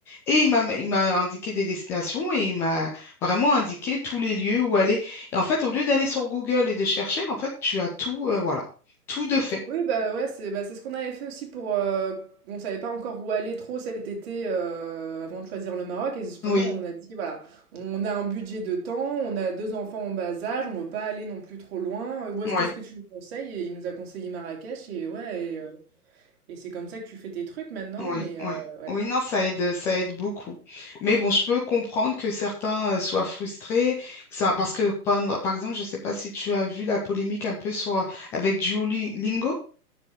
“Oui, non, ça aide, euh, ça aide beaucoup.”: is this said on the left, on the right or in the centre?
Centre